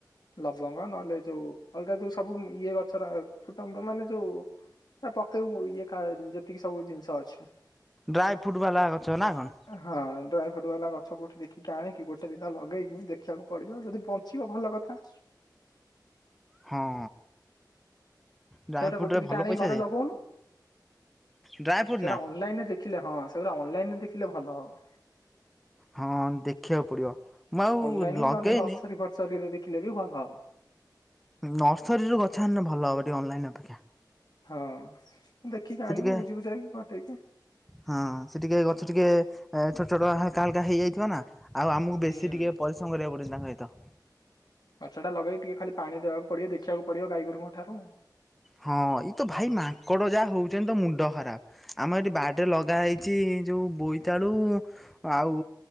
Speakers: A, on the left; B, in the centre.
A: ଲବଙ୍ଗ ନହେଲେ ଯୋଉ ଅଲଗା ଯୋଉ ସବୁ ଇଏ ଗଛଗୁଡ଼ା କୁଟୁମ୍ବ ମାନେ ଯୋଉ ନା ପକେଇବୁ ଇଏ ଯେତିକି ସବୁ ଜିନିଷ ଅଛି।
B: ଡ୍ରାଇ ଫ୍ରୁଟ୍ ବାଲା ଗଛ ନା କଣ?
A: ହଁ ଡ୍ରାଇ ଫ୍ରୁଟ୍ ବାଲା ଗଛ କୋଉଠି ଦେଖିକି ଆଣିକି ଗୋଟେ ଦିଟା ଲଗେଇକି ଦେଖିବାକୁ ପଡ଼ିବ ଯଦି ବଞ୍ଚିବ ଭଲ କଥା।
B: ହଁ। ଡ୍ରାଇ
A: ସେଟା
B: ଫ୍ରୁଟରେ
A: ଗୋଟେ ଦିଟା
B: ଭଲ
A: ଆଣିକି
B: ପଇସା
A: ଘରେ
B: ଯାଏ
A: ଲଗଉନୁ
B: ଡ୍ରାଇ ଫ୍ରୁଟ୍
A: ସେଟା
B: ନା
A: ଅନଲାଇନ ରେ ଦେଖିଲେ ହଁ ସେଗୁଡ଼ା ଅନଲାଇନ ରେ ଦେଖିଲେ ଭଲ ହବ।
B: ହଁ ଦେଖିବାକୁ ପଡିବ ମୁଁ ଆଉ
A: ଅନଲାଇନ
B: ଲଗେଇନି
A: ହିଁ ନହେଲେ ନର୍ସରୀ ଫର୍ସରୀରେ ଦେଖିଲେ ବି ଭଲ ହବ।
B: ନର୍ସରୀରୁ ଗଛ ଆଣିଲେ ଭଲ ହେବ ଟିକେ ଅନଲାଇନ୍ ଅପେକ୍ଷା।
A: ହଁ ଦେଖିକି
B: ସେ
A: ଆଣିବୁ
B: ଟିକେ
A: ବୁଝି ବୁଝାକି କଣ ଠିକ୍।
B: ହଁ ସେ ଟିକେ ଗଛ ଟିକେ ଛୋଟ ଛୋଟ ହାଲକା ହାଲକା ହେଇଯାଇଥିବ ନା ଆଉ ଆମକୁ
A: ହୁଁ।
B: ବେଶୀ ଟିକେ ପରିଶ୍ରମ କରିବାକୁ ପଡ଼ିବନି ତାଙ୍କ ସହିତ।
A: ଗଛ ଟା ଲଗେଇ ଟିକେ ଖାଲି ପାଣି ଦେବାକୁ ପଡ଼ିବ ଦେଖିବାକୁ ପଡ଼ିବ ଗାଈଗୋରୁଙ୍କ ଠାରୁ।
B: ହଁ ଏଇ ତ ଭାଇ ମାଙ୍କଡ଼ ଯାହା ହଉଛନ୍ତି ତ ମୁଣ୍ଡ ଖରାପ ଆମର ଏଠି ବାଡ଼ିରେ ଲଗା ହେଇଛି ଯୋଉ ବୋଇତାଳୁ ଆଉ